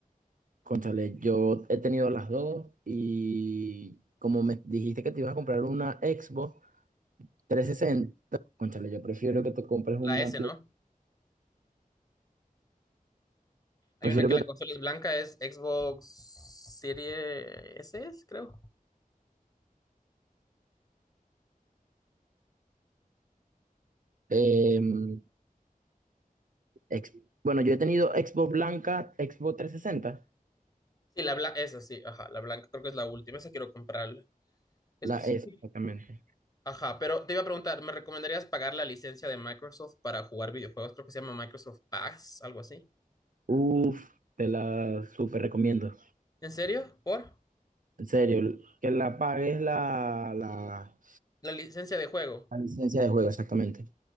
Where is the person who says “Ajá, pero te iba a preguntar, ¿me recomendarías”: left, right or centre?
Left